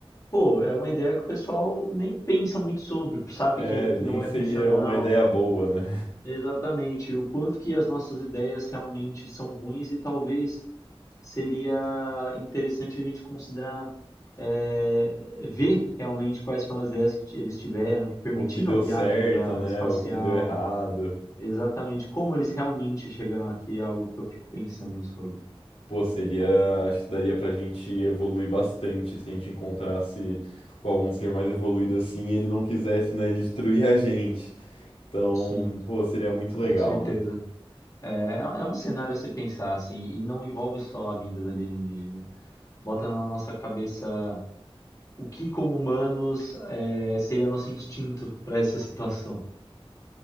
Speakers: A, on the left (about 35°); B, on the left (about 80°).
A: pô, é uma ideia que o pessoal nem pensa muito sobre, sabe
B: É,
A: que, que
B: nem
A: não
B: seria
A: é funcional,
B: uma ideia boa, né?
A: Exatamente. O quanto que as nossas ideias realmente são ruins e talvez seria interessante a gente considerar é, ver realmente quais foram as ideias que ti- eles tiveram, que permitiram
B: O que deu
A: a viagem
B: certo,
A: para
B: né?
A: espacial,
B: O que deu errado.
A: exatamente como eles realmente chegaram aqui, é algo que eu fico pensando sobre.
B: Pô, seria. Acho que daria pra gente evoluir bastante se a gente encontrasse com algum ser mais evoluído assim e ele não quisesse, né, destruir a gente. Então,
A: Sim,
B: pô, seria muito
A: com
B: legal,
A: certeza.
B: né?
A: É, é um cenário a se pensar assim, e não envolve só a vinda da alienígena. Bota na nossa cabeça o que como humanos é, seria nosso instinto para essa situação.